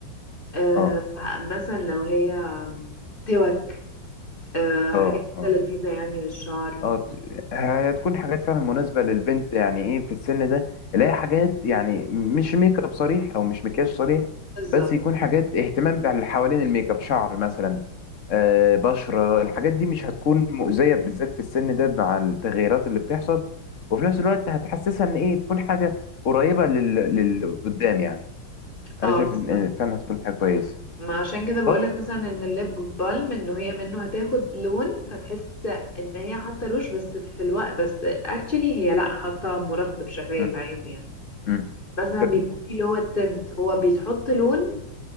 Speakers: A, on the left (about 25°); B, on the left (about 40°).
A: آه،
B: اه
A: مثلا لو هي توك آه، حاجات
B: اه اه
A: كده لذيذة يعني للشعر
B: اه ت- هتكون حاجات فعلا مناسبة للبنت يعني ايه في السن ده اللي هي حاجات يعني مش ميك اب صريح او مش مكياج صريح
A: بالظبط
B: بس يكون حاجات اهتمام باللي حوالين الميك اب شعر مثلا آه بشرة الحاجات دي مش هتكون مؤذية بالذات في السن ده مع التغيرات اللي بتحصل وفي نفس الوقت هتحسسها ان ايه تكون حاجة قريبة لل... لل قدام يعني
A: اه
B: انا شايف
A: بالظبط
B: ان إن فعلا هتكون حاجة كويسة
A: ما عشان كده بقولك
B: طيب
A: مثلا ان الليب بالم ان هي منه هتاخد لون فتحس ان هي حاطه روج بس في الوقت بس اكشلي هي لا حاطه مرطب شفايف
B: مم.
A: عادي يعني
B: مم.
A: مثلا
B: طب
A: بيكون فيه اللي هو التنت هو بيتحط لون